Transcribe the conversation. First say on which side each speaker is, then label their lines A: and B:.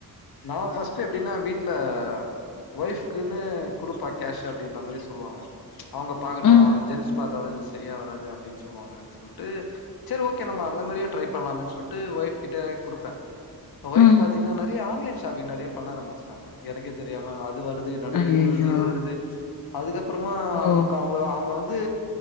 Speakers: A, on the left; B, on the left.
A: நா ஃபர்ஸ்ட் எப்படின்னா வீட்ல ஒய்ஃப்குன்னு குடுப்பா கேஷ் அப்டின்ற மாரி சொல்லுவாங்க அவுங்க பாக்கட்டும்
B: ம்,
A: ஜென்ஸ் பாத்தாதா இது சரியா வராது அப்படின்னு சொல்லுவாங்க சொல்ட்டு செரி ஓகே நம்ம அந்த மாதிரியு ட்ரை பண்ணலாமே சொல்ட்டு ஒய்ஃப் கிட்ட குடுப்பே ஒய்ஃப்
B: ம்.
A: பாத்தீங்கன்னா நறைய ஆன்லைன் ஷாப்பிங் நறைய பண்ண ஆரம்பிஸ்டாங்க எனக்கே தெரியாம அது வருது நடுல
B: ஐயய்யோ!
A: இது வருது இது வருது அதுக்கப்புறமா
B: ஓ!
A: அவுங்களுக்கு அவுங்க அவுங்க வந்து